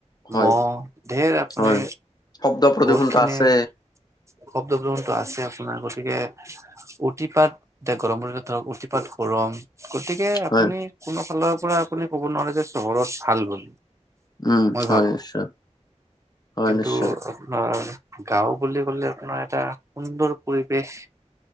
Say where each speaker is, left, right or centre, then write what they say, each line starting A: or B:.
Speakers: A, on the left; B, on the right.
A: হয়
B: মহ, ঢেৰ আপুনি
A: হয় শব্দ প্ৰদূষণটো
B: বহুত খিনি
A: আছে
B: <unintelligible> টো আছে আপোনাৰ, গতিকে অতিপাত এতিয়া গৰমৰ দিনত ধৰক অতিপাত গৰম, গতিকে আপুনি
A: হয়
B: কোনো ফালৰ পৰা আপুনি ক'ব নোৱাৰে যে চহৰত ভাল <unintelligible>
A: উম
B: মই
A: হয়
B: ভাবো,
A: নিশ্চয় হয়
B: কিন্তু
A: নিশ্চয়
B: আপোনাৰ গাওঁ বুলি ক'লে আপোনাৰ এটা সুন্দৰ পৰিৱেশ